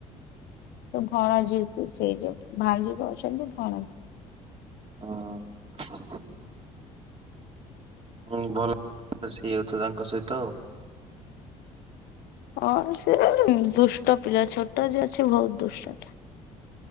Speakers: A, on the left; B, on the right.
A: ତ ଭଣଜୀକୁ ସେଇ ଯୋଉ ଭାଣିଜୀକୁ କହୁଛନ୍ତି ଭଣଜା।
B: ଅ ହଁ। ହଁ ଭଲ <unintelligible> ହେଇ ଯାଉଥିବ ତାଙ୍କ ସହିତ।
A: ହଁ ସେ ଏ ଦୁଷ୍ଟ ପିଲା ଛୋଟ ଯିଏ ଅଛି ବହୁତ ଦୁଷ୍ଟ ଟା।